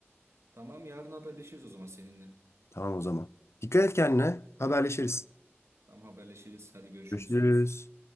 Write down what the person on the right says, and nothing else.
Tamam yarın haberleşiriz o zaman seninle.
Tamam. Tamam haberleşiriz. Hadi görüşürüz.